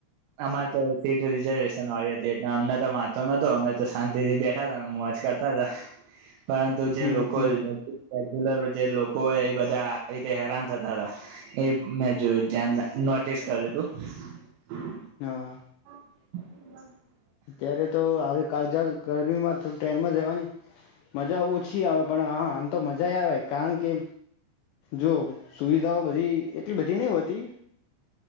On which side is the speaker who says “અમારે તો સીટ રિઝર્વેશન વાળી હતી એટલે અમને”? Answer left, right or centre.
Right